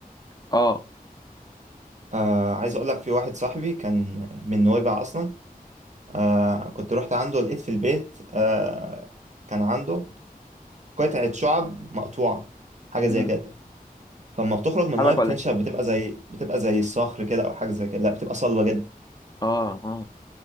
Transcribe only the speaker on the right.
آه عايز أقول لك في واحد صاحبي كان من نويبع أصلا آه كنت رحت عنده لقيت في البيت آه كان عنده قطعة شعب مقطوعة حاجة
زي كده فلما بتخرج من المية
بتنشف
بتبقى زي بتبقى زي الصخر كده أو حاجة زي كده لا بتبقى صلبة جدا